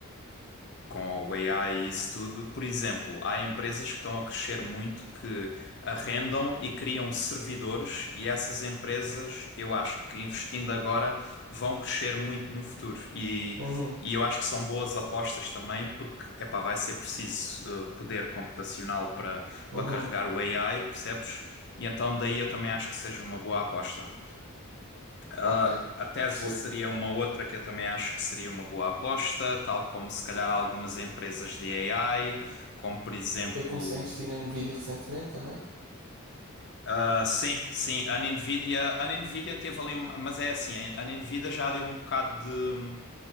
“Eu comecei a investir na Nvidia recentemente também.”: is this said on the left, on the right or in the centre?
Right